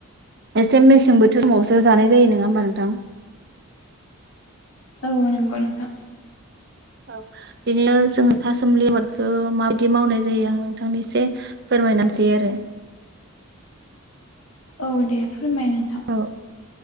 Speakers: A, on the right (about 50°); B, on the left (about 80°).
A: एसे मेसें बोथोरावावसो जानाय जायो नङा होमबा नोंथां
B: औ नंगौ नोंथा
A: औ बेनो जोङो थासुमलि आबादखौ माबायदि मावनाय जायो आं नोंथांनि एसे फोरमायना होनोसै आरो
B: औ दे फोरमाय नोंथां
A: औ